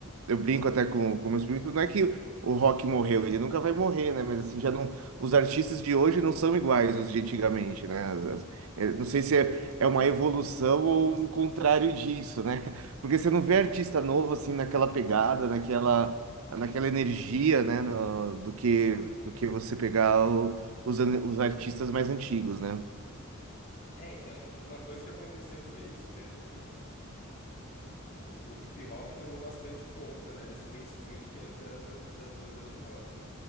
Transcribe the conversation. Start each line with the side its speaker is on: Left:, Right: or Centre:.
Right: eu brinco até com, com meus primos, não é que o rock morreu, ele nunca vai morrer, né, mas assim, já não, os artistas de hoje não são iguais os de antigamente, né, As- as- é, não sei se é, é uma evolução ou o contrário disso, né, <laughs> porque você não vê artista novo, assim, naquela pegada, naquela, naquela energia, né, no- do que, do que você pegar o os, an- os artistas mais antigos, né?
Left: É, então, uma coisa que aconteceu foi isso mesmo que os- O hip hop tomou bastante conta, né, desse mainstream que antes era do- das bandas de rock.